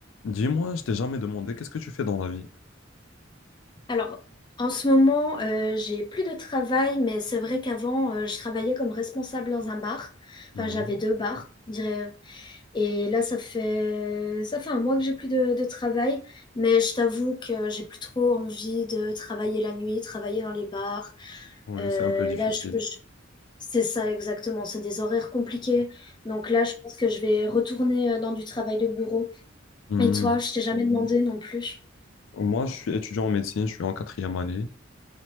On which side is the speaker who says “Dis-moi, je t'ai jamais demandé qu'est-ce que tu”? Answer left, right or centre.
Left